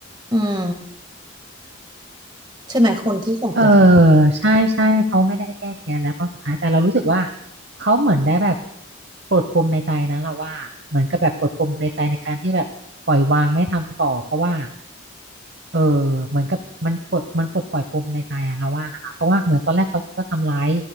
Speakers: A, on the right (about 20°); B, on the right (about 50°).
A: อืมใช่ไหมคนที่ข่มขืน
B: เออใช่ใช่เขาไม่ได้แก้แค้นแล้วตอนสุดท้ายแต่เรารู้สึกว่าเขาเหมือนได้แบบปลดปมในใจนะเราว่าเหมือนกับแบบปลดปมในใจในการที่แบบปล่อยวางไม่ทำต่อเพราะว่าเออเหมือนกับมันปลดมันปลดปล่อยปมในใจอะเราว่านะคะเพราะว่าเหมือนตอนแรกเขาจะทำร้าย